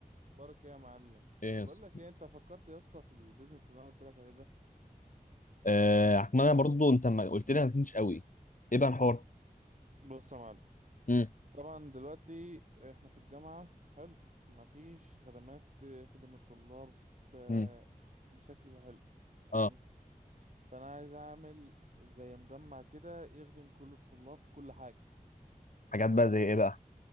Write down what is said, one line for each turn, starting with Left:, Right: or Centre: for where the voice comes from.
Right: بركة يا معلم
Left: ايه
Right: بقول
Left: يس
Right: لك ايه انت فكرت يا اسطى في البيزنس اللي انا قلت لك عليه ده
Left: آه أحمد، انا برضو انت ما قلت لي ما فهمتش قوي ايه بقى الحوار
Right: بص يا معلم
Left: امم
Right: طبعا دلوقتي احنا في الجامعة حلو مفيش خدمات خدمة الطلاب ب-
Left: امم
Right: بشكل حلو تمام
Left: اه
Right: فانا عايز اعمل زي مجمع كده يخدم كل الطلاب في كل حاجة
Left: حاجات بقى زي ايه بقى